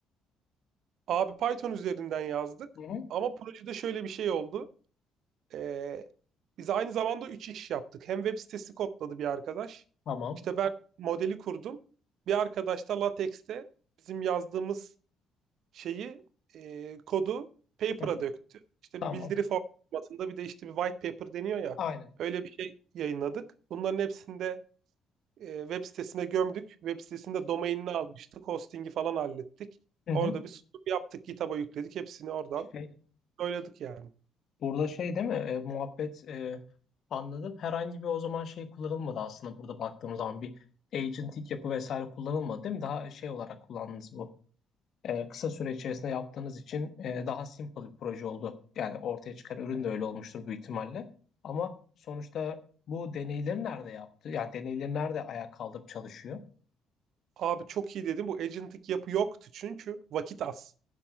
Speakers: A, on the right; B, on the left.
A: Abi Python üzerinden yazdık.
B: Hı hı.
A: Ama projede şöyle bir şey oldu. Ee, biz aynı zamanda üç iş yaptık. Hem web sitesi kodladı bir arkadaş.
B: Tamam.
A: İşte ben modeli kurdum. Bir arkadaş da LaTeX'te bizim yazdığımız şeyi e, kodu paper'a
B: Hı hı.
A: döktü. İşte
B: Tamam.
A: bir bildiri formatında bir de işte bir white paper deniyor ya.
B: Aynen.
A: Öyle bir şey yayınladık. Bunların hepsinde web sitesine gömdük. Web sitesinde domainini almıştık. Hosting'i falan hallettik.
B: Hı
A: Orada
B: hı.
A: bir sunum yaptık. GitHub'a yükledik. Hepsini oradan
B: Şey,
A: söyledik yani.
B: Burada şey değil mi? E, muhabbet e, anladım. Herhangi bir o zaman şey kullanılmadı aslında burada baktığım zaman bir agentik yapı vesaire kullanılmadı değil mi? Daha şey olarak kullandınız bu. E, kısa süre içerisinde yaptığınız için e, daha simple bir proje oldu. Yani ortaya çıkan ürün de öyle olmuştur büyük ihtimalle. Ama sonuçta bu deneyleri nerede yaptı? Yani deneyleri nerede ayağa kaldırıp çalışıyor?
A: Abi çok iyi dedim. Bu agentik yapı yoktu çünkü vakit az.